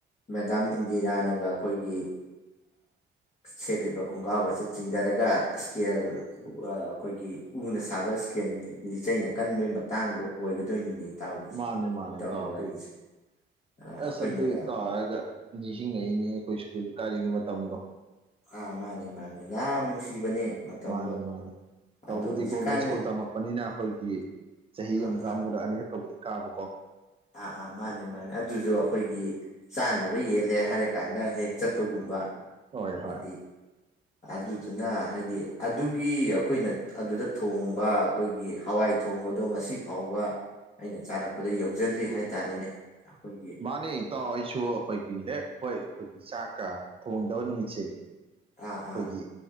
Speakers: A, on the left; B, on the right.
A: ꯃꯦꯗꯥꯝ ꯏꯟꯗꯤꯔꯥꯅꯒ ꯑꯩꯈꯣꯏꯒꯤ ꯁꯦꯠꯂꯤꯕ ꯈꯣꯡꯒ꯭ꯔꯥꯎꯒꯁꯦ ꯆꯤꯡꯊꯔꯒ ꯏꯁꯀꯦꯜ ꯑꯩꯈꯣꯏꯒꯤ ꯎꯅ ꯁꯥꯕ ꯏꯁꯀꯦꯟ ꯂꯤꯆꯩꯅ ꯀꯟꯕꯒꯤ ꯃꯇꯥꯡꯗꯣ ꯑꯣꯏꯒꯗꯣꯏꯅꯤꯅꯦ ꯏꯇꯥꯎꯒꯤꯁꯦ
B: ꯃꯥꯅꯤ ꯃꯥꯅꯤ
A: ꯏꯇꯥꯎꯒꯤ
B: ꯐꯇꯥꯎ ꯑꯗꯨ
A: ꯋꯥꯔꯤꯁꯦ ꯑꯥ
B: ꯑꯦꯁ
A: ꯑꯩꯈꯣꯏꯅꯒ
B: ꯑꯗꯨꯏ ꯏꯇꯥꯎ ꯍꯥꯏꯔꯒ ꯅꯤꯁꯤꯡ ꯉꯛꯏꯅꯤ ꯑꯩꯈꯣꯏ ꯁꯀꯨꯜ ꯀꯔꯤꯒꯤ ꯃꯇꯝꯗꯣ
A: ꯑꯥ ꯃꯥꯅꯦ ꯃꯥꯅꯦ ꯌꯥꯝ ꯅꯨꯡꯁꯤꯕꯅꯦ ꯃꯇꯝꯗꯣ
B: ꯃꯥꯅꯦ ꯃꯥꯅꯦ ꯇꯧꯕꯗꯤ
A: ꯑꯗꯣ ꯍꯧꯖꯤꯛꯀꯥꯟ
B: ꯒꯣꯔꯃꯦꯟ ꯁ꯭ꯀꯨꯜ ꯇꯝꯃꯛꯄꯅꯤꯅ ꯑꯩꯈꯣꯏꯒꯤ ꯆꯍꯤ
A: ꯑꯥ
B: ꯑꯃꯗ
A: ꯑꯥ
B: ꯑꯃꯨꯔꯛ ꯑꯅꯤꯔꯛꯀꯕꯨꯗꯤ ꯀꯥꯃꯨ ꯀꯣ
A: ꯑꯥ ꯑꯥ ꯃꯥꯅꯦ ꯃꯥꯅꯦ ꯑꯗꯨꯁꯨ ꯑꯩꯈꯣꯏꯒꯤ ꯆꯥꯅꯕ ꯌꯦꯜꯂꯦ ꯍꯥꯏꯔꯀꯥꯟꯗ ꯍꯦꯛ ꯆꯠꯄꯒꯨꯝꯕ
B: ꯍꯣꯏ
A: ꯍꯥꯏꯗꯤ
B: ꯍꯣꯏ
A: ꯑꯗꯨꯗꯨꯅ ꯍꯥꯏꯗꯤ ꯑꯗꯨꯒꯤ ꯑꯩꯈꯣꯏꯅ ꯑꯗꯨꯗ ꯊꯣꯡꯕ ꯑꯩꯈꯣꯏꯒꯤ ꯍꯋꯥꯏ ꯊꯣꯡꯕꯗꯣ ꯉꯁꯤ ꯐꯥꯎꯕ ꯑꯩꯅ ꯆꯥꯔꯛꯄꯗ ꯌꯧꯖꯗ꯭ꯔꯤ ꯍꯥꯏꯇꯥꯔꯦꯅꯦ ꯑꯩꯈꯣꯏꯒꯤ
B: ꯃꯥꯅꯤ ꯏꯇꯥꯎ ꯑꯩꯁꯨ ꯑꯩꯈꯣꯏꯒꯤ ꯍꯦꯛ ꯍꯣꯏ ꯑꯩꯣꯏ ꯆꯥꯛꯀ ꯊꯣꯡꯗꯕ ꯅꯨꯃꯤꯠꯁꯦ ꯑꯩꯈꯣꯏꯒꯤ
A: ꯑꯥ ꯑꯥ